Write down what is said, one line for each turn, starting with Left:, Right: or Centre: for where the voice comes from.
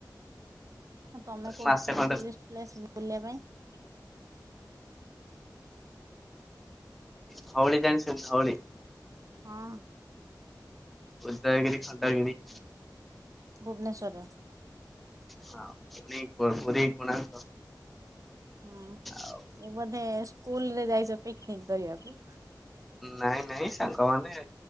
Right: ତମେ କୋଉଠି
Centre: ମାସେ
Right: ଯାଇଛ
Centre: ଖଣ୍ଡେ
Right: ଟୁରିଷ୍ଟ ପ୍ଲେସ ବୁଲିବା ପାଇଁ?
Centre: ଧଉଳି ଜାଣିଛନ୍ତି ଧଉଳି?
Right: ହଁ
Centre: ଉଦୟଗିରି ଖଣ୍ଡଗିରି
Right: ଭୁବନେଶ୍ୱରରେ
Centre: ହଁ ପୁଣି ପୁରି କୋଣାର୍କ
Right: ହୁଁ
Centre: ଆଉ
Right: ଏ ବୋଧେ ସ୍କୁଲ ରେ ଯାଇଛ ପିକନିକ୍ କରିବାକୁ।
Centre: ନାଇଁ ନାଇଁ ସାଙ୍ଗମାନେ